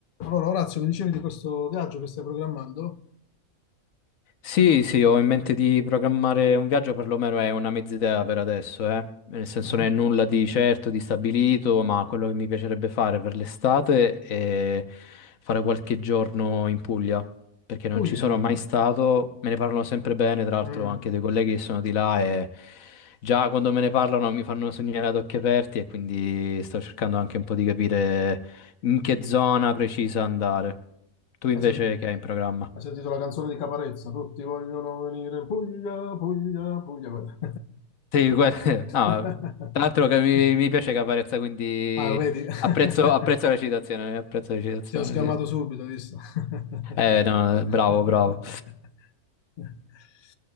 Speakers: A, on the left; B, on the left.
A: Allora, Orazio, mi dicevi di questo viaggio che stai programmando?
B: Sì, sì, ho in mente di programmare un viaggio, perlomeno è una mezz'idea per adesso, eh. Nel senso
A: Mhm.
B: non è nulla di certo, di stabilito, ma quello che mi piacerebbe fare per l'estate è fare qualche giorno in Puglia, perché non
A: Puglia.
B: ci sono mai stato, me ne parlano sempre bene, tra l'altro
A: Mm.
B: anche dei colleghi che sono di là e già quando me ne parlano mi fanno sognare ad occhi aperti e quindi sto cercando anche un po' di capire in che zona precisa andare. Tu invece
A: Hai sen-
B: che hai in programma?
A: hai sentito la canzone di Caparezza? Tutti vogliono venire in Puglia, Puglia, Puglia. quella.
B: Sì, que- <laughs>
A: <laughs>
B: no, tra l'altro che mi, mi piace Caparezza, quindi
A: Ah, vedi?
B: apprezzo, apprezzo la
A: <laughs>
B: citazione, apprezzo la citazione,
A: Ti ho sgamato
B: sì.
A: subito, hai visto?
B: Eh,
A: <laughs>
B: no, eh, bravo, bravo.